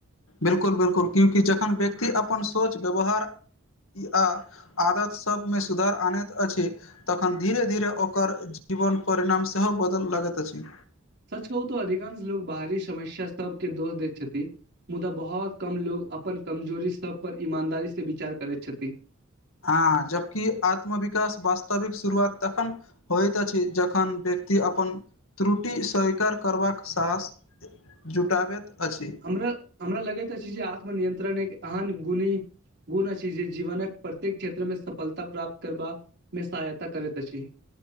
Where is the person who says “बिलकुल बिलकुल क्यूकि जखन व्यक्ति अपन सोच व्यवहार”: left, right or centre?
Left